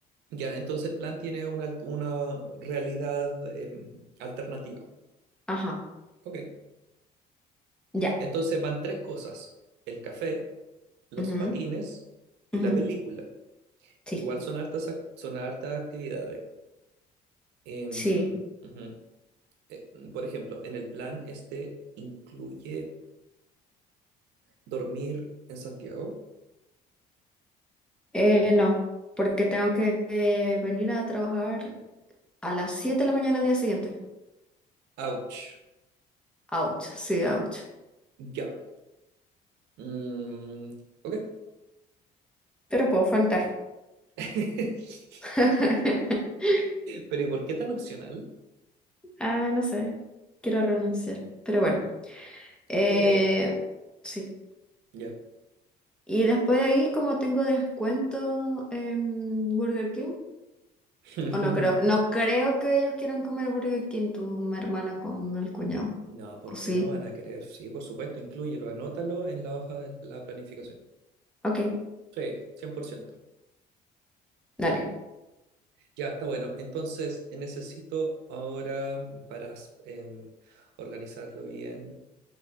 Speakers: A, on the right; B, in the centre.
A: ya, entonces el plan tiene una, al- una realidad em, alternativa.
B: Ajá,
A: Ok,
B: ya.
A: entonces van tres cosas, el café, los
B: Ujú,
A: patines y
B: ujú.
A: la película.
B: Sí,
A: Igual son hartas, ac- son hartas actividades. Em,
B: sí.
A: ujú. Eh, por ejemplo, en el plan este incluye dormir en Santiago
B: Eh, no, porque tengo que eh, venir a trabajar a las 7 de la mañana al día siguiente.
A: Ouch.
B: Ouch, sí, ouch.
A: Ya. Mm, ok.
B: Pero puedo faltar.
A: <laughs>
B: <laughs>
A: Pero ¿y por qué tan opcional?
B: Ah, no sé, quiero renunciar, pero bueno, eh,
A: Ok,
B: sí.
A: ya.
B: Y después de ahí, como tengo descuento en Burger King,
A: <laughs>
B: o no creo, no creo que ellos quieran comer Burger King, tu mi hermana con el cuñado,
A: No, porque
B: o sí,
A: no van a querer. Sí, por supuesto, inclúyelo, anótalo en la hoja de la planificación.
B: ok,
A: Sí, 100%.
B: dale.
A: Ya, está bueno. Entonces, eh, necesito ahora para em, organizarlo bien,